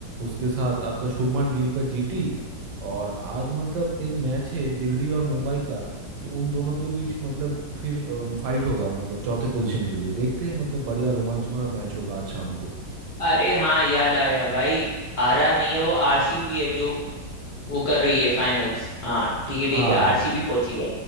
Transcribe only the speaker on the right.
उसके साथ आपका शुभमन गिल का जीटी और आज मतलब एक मैच है दिल्ली और मुंबई का तो उन दोनों के बीच मतलब फिर फाइट होगा मतलब चौथे पोजीशन के लिए देखते हैं मतलब बढ़िया रोमांच भरा मैच होगा आज शाम को
हाँ हाँ,
हाँ।